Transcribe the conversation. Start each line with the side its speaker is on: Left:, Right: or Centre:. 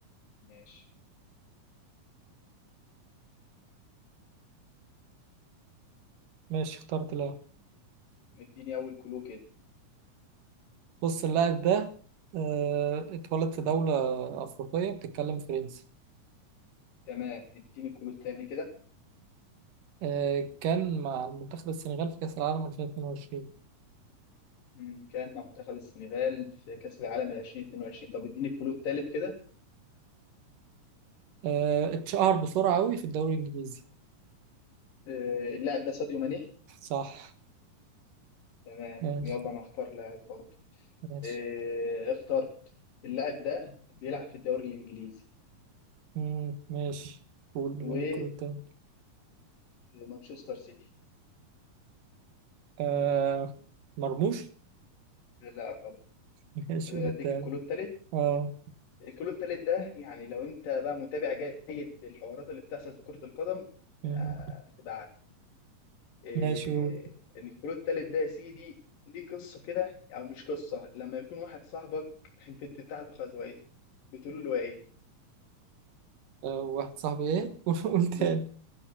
Left: ماشي
Right: ماشي اخترت لاعب
Left: اديني اول كلو كده
Right: بص اللاعب ده آه، اتولد في دولة أفريقية بتتكلم فرنسي
Left: تمام اديني الكلو الثاني كده
Right: آه، كان مع منتخب السنغال في كأس العالم 2022
Left: مم، كان مع منتخب السنغال في كأس العالم 2022 طب اديني الكلو الثالث كده
Right: آه، اتشهر بسرعة أوي في الدوري الإنجليزي
Left: آه، اللاعب ده ساديو ماني
Right: صح
Left: تمام
Right: ماشي
Left: يلا انا اختار لاعب برضه
Right: ماشي
Left: آه، اخترت اللاعب ده بيلعب في الدوري الانجليزي
Right: مم، ماشي قول
Left: وبيلعب
Right: قول التاني
Left: في مانشستر سيتي
Right: آه، مرموش
Left: لا غلط
Right: <laughs> ماشي
Left: آه،
Right: قول التاني
Left: اديك الكلو الثالث
Right: اه
Left: الكلو التالت ده يعني لو انت بقى متابع جيد للحوارات اللي بتحصل في كرة القدم
Right: مم،
Left: آه، هتبقى عارف إيه،
Right: ماشي قول
Left: الكلو التالت ده يا سيدي ليه قصة كده او مش قصة لما يكون واحد صاحبك البت بتاعته خزوقته بتقول له ايه
Right: آه، واحد صاحبي ايه <laughs> قول قول تاني
Left: ب...